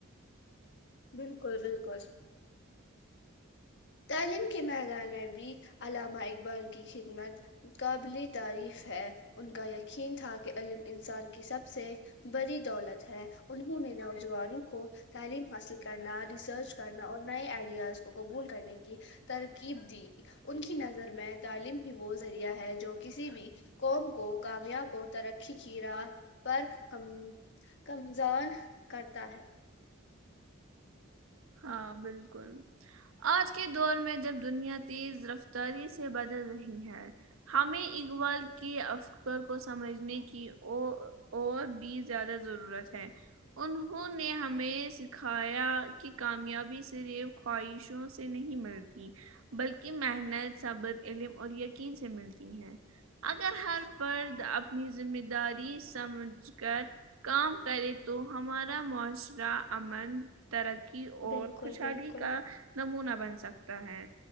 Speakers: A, on the left (about 60°); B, on the right (about 85°).
A: بالکل بالکل تعلیم کے میدان میں بھی علامہ اقبال کی خدمت قابل تعریف ہے ان کا یقین تھا کہ علم انسان کی سب سے بڑی دولت ہے انہوں نے نوجوانوں کو تعلیم حاصل کرنا ریسرچ کرنا اور نئے آئیڈیاز کو قبول کرنے کی ترکیب دی ان کی نظر میں تعلیم ہی وہ ذریعہ ہے جو کسی بھی قوم کو کامیاب اور ترقی کی راہ پر ک کمزان کرتا ہے
B: ہاں بالکل آج کے دور میں جب دنیا تیز رفتاری سے بدل رہی ہے ہمیں اقبال کے افکر کو سمجھنے کی ا اور بھی زیادہ ضرورت ہے انہوں نے ہمیں سکھایا کی کامیابی صرف خواہشوں سے نہیں ملتی بلکہ محنت صبر علم اور یقین سے ملتی ہے اگر ہر فرد اپنی ذمہ داری سمجھ کر کام کرے تو ہمارا معاشرہ امنر کی اور
A: بالکل
B: خوشحالی
A: بالکل
B: کا نمناہ بن سکتا ہے